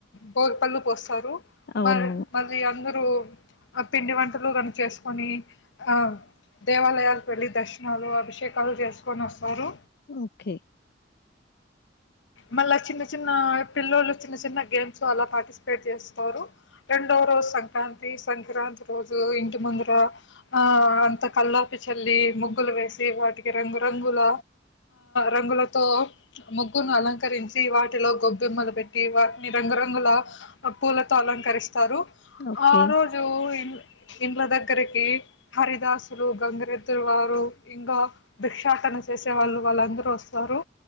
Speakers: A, on the left; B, on the left.
A: భోగిపళ్ళు పోస్తారు
B: అవునవును
A: మరి మరి అందరూ ఆ పిండి వంటలు కను చేసుకొని ఆ దేవాలయాలకు వెళ్ళి దర్శనాలు అభిషేకాలు చేసుకొని వస్తారు
B: ఓకే
A: మళ్ళా చిన్న చిన్న పిల్లలు చిన్న చిన్న గేమ్స్ అలా పార్టిసిపేట్ చేస్తారు రెండో ఒక రోజు సంక్రాంతి సంక్రాంతి రోజు ఇంటి ముందర ఆ అంత కల్లాపి చెల్లి ముగ్గులు వేసి వాటి రంగుంగుల రంగులతో ముగు అలంకరించి వాటిలో గొబ్బెమ్మలు పెట్టి వాటిని రంగురంగుల పూలతో అలంకరిస్త తరు
B: ఓకే
A: ఆ ఆ రోజు ఇండ్ల దగ్గరికి హరిదాసులు గంగరెద్దురు వారు ఇంకా దిక్షా తన చేసే వాళ్ళు వాళ్ళందరూ వస్తారు